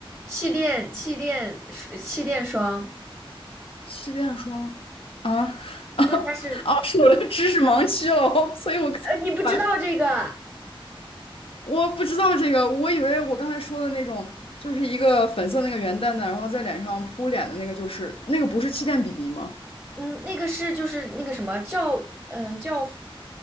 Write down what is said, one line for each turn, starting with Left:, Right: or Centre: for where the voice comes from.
Centre: 气垫气垫气垫霜，
Left: 气垫霜啊 <laughs> 啊，
Centre: 就它是，
Left: 哦是我的知识盲区了哦，所以我才明白
Centre: 呃，你不知道这个。
Left: 我不知道这个，我以为我刚才说的那种，就是一个粉色那个圆蛋蛋，然后在脸上扑脸的那个，就是那个不是气垫 BB 吗？
Centre: 嗯，那个是就是那个什么叫嗯叫